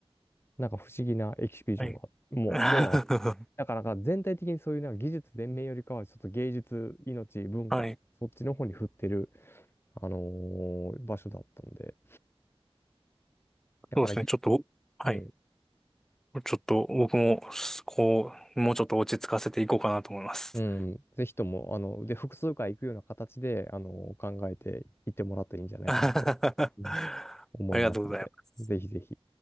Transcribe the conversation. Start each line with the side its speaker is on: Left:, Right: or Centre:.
Left: なんか不思議なエキシビジョンが、
Centre: はい。
Left: もう、
Centre: <laughs>
Left: もうあった。だからなんか全体的にそういうなんか技術全面よりかは、ちょっと芸術、命、文化、
Centre: はい。
Left: そっちの方に振ってる、あのー場所だったんで。だからぎ、
Centre: そうですね。ちょっと、はい。
Left: うん、
Centre: ちょっと、僕も、こう、もうちょっと落ち着かせていこうかなと思います。
Left: うん、ぜひとも、あの、で、複数回行くような形で、あの考えていってもらったらいいんじゃないかなと、
Centre: <laughs> ありがとうございます。
Left: うん思いますんで、ぜひぜひ。